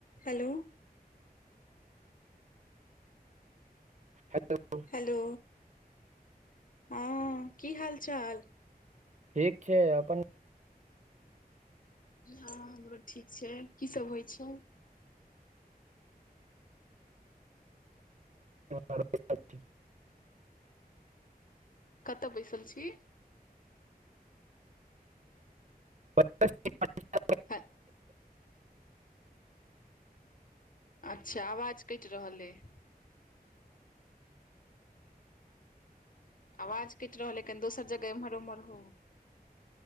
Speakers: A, on the left (about 55°); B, on the right (about 50°).
A: Hello.
B: Hello
A: hello हँ, की हाल चाल?
B: ठीक छैय अपन
A: हँ हमरो ठीक छैय, की सब होइ छैय?
B: नहि
A: कतऽ बैसल छी?
B: प <unintelligible>
A: हाय अच्छा आवाज कैट रहल अइ। आवाज कैट रहलअइ, कनि दोसर जगह एम्हर उम्हर होउ।